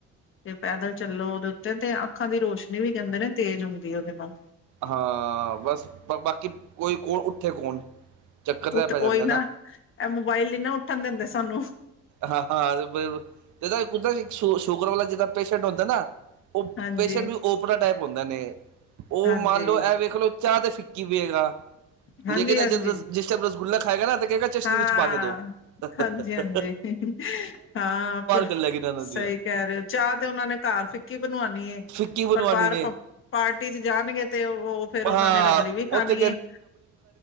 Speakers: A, on the left (about 40°); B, on the right (about 70°).
A: ਤੇ ਪੈਦਲ ਚੱਲੋ ਉਹਦੇ ਉੱਤੇ ਤੇ ਅੱਖਾਂ ਦੀ ਰੋਸ਼ਨੀ ਵੀ ਕਹਿੰਦੇ ਨੇ ਤੇਜ਼ ਹੁੰਦੀ ਉਹਦੇ ਨਾਲ
B: ਹਾਂ ਬਸ ਬਾਕੀ ਕੋਈ ਕਣ ਉੱਥੇ ਕੌਣ? ਚੱਕਰ ਤਾਂ
A: ਉੱਠ
B: ਪੈ ਜਾਂਦਾ
A: ਓਈ ਨਾ। ਇਹ ਮੋਬਾਇਲ ਨੀ ਨਾ ਉੱਠਣ ਦਿੰਦੇ ਸਾਨੂੰ।
B: ਹਾ- ਹਾ ਤੇ ਨਾ ਕੁਦਰਤੀ ਸ਼ੂਗਰ ਵਾਲਾ ਜੇੜਾ ਪੇਸ਼ਅੰਟ ਹੁੰਦਾ ਨਾ ਉਹ
A: ਹਾਂਜੀ
B: ਪੇਸ਼ੈਂਟ ਵੀ ਓਪਰਾ ਟਾਈਪ ਹੁੰਦਾ ਨੇ ਉਹ
A: ਹਾਂਜੀ
B: ਮੰਨ ਲਓ ਇਹ ਵੇਖ ਲੋ ਚਾਹ ਤੇ ਫਿਕੀ ਵੇਗਾ
A: ਹਾਂਜੀ
B: ਲੇਕਿਨ
A: ਹਾਂਜੀ
B: ਜਦ ਜਿਸ ਟਾਈਮ ਰਸਗੁਲਾ ਖਾਏਗਾ ਨਾ ਤੇ ਕਹੇਗਾ ਚਸ਼ਨੀ
A: ਹਾਂ
B: ਵਿੱਚ ਪਾ ਕੇ ਦੋ ਹ
A: ਹਾਂਜੀ
B: ਹ
A: ਹਾਂ, ਪਰ
B: ਗੱਲਾਂ ਕਿਨਾਂ ਇਹਨਾਂ
A: ਸਹੀ
B: ਦੀਆਂ
A: ਕਹਿ ਰਹੇ ਹੋ ਚਾਹ ਤੇ ਉਹਨਾਂ ਨੇ ਘਰ ਫਿੱਕੀ ਬਣਵਾਉਣੀ ਹੈ,
B: ਫਿੱਕੀ ਬਣਵਾਣੀ
A: ਪਰ ਬਾਰ
B: ਨੇ
A: ਪਾਰਟੀ ਚ ਜਾਣਗੇ ਤੇ ਉਹ ਫਿਰ ਉਹਨਾਂ
B: ਹਾਂ
A: ਨੇ ਰਬੜੀ ਵੀ ਖਾਣੀ
B: ਉੱਥੇ
A: ਹੈ